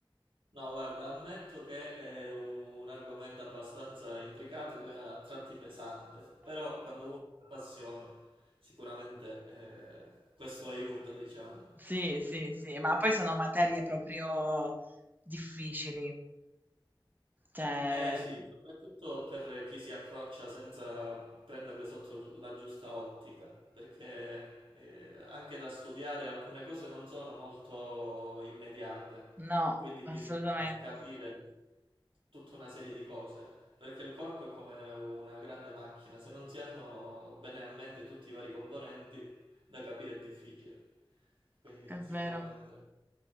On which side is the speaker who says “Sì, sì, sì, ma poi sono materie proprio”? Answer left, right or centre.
Right